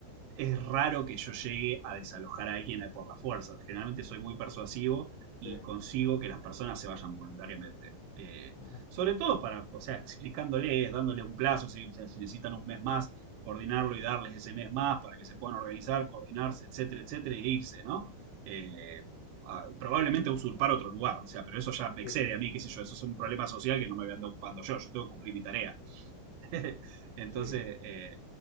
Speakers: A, on the right; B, on the left.
A: es raro que yo llegue a desalojar a alguien por la fuerza. Generalmente soy muy persuasivo y
B: sí.
A: consigo que las personas se vayan voluntariamente. Eh,
B: ujú,
A: sobre todo para, o sea, explicándoles, dándole un plazo, si, o sea, si necesitan un mes más, coordinarlo y darles ese mes más para que se puedan organizar, coordinarse, etcétera, etcétera, e irse, ¿no? Eh, a- probablemente usurpar otro lugar, o sea, pero eso ya me
B: Sí,
A: excede a mí, qué sé yo, eso es un problema social que no me voy a andar ocupando yo, yo tengo que cumplir mi tarea. <laughs> Entonces,
B: sí,
A: eh,